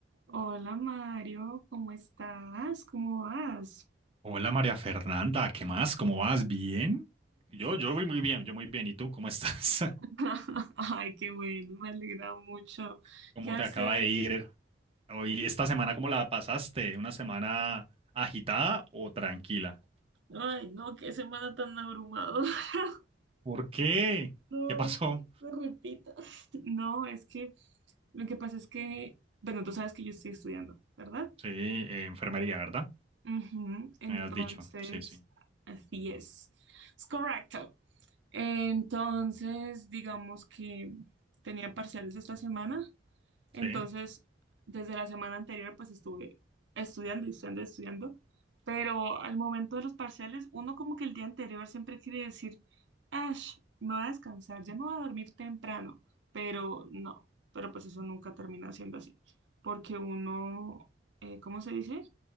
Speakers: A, on the right (about 75°); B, on the right (about 30°).
A: Hola Mario, ¿cómo estás? ¿Cómo vas?
B: Hola María Fernanda, ¿qué más? ¿Cómo vas? ¿Bien? Yo, yo voy muy bien, yo muy bien. ¿Y tú cómo estás?
A: <laughs> Ay, qué bueno, me alegra mucho.
B: <laughs> ¿Cómo
A: ¿Qué hace?
B: te acaba de ir hoy, esta semana, cómo la pasaste? ¿Una semana agitada o tranquila?
A: Ay, no, qué semana tan abrumadora. <laughs>
B: ¿Por qué?
A: No,
B: ¿Qué pasó?
A: que no se repita. No, es que lo que pasa es que, bueno, tú sabes que yo estoy estudiando, ¿verdad?
B: Sí, eh, enfermería, ¿verdad?
A: Ujú, Entonces,
B: Me has dicho, sí, sí,
A: así es. Es correcto. Entonces, digamos que tenía parciales esta semana
B: sí.
A: Entonces, desde la semana anterior, pues estuve estudiando y estudiando, estudiando, pero al momento de los parciales, uno como que el día anterior siempre quiere decir, Ash, me voy a descansar, ya me voy a dormir temprano, pero no, pero pues eso nunca termina siendo así, porque uno, eh, ¿cómo se dice?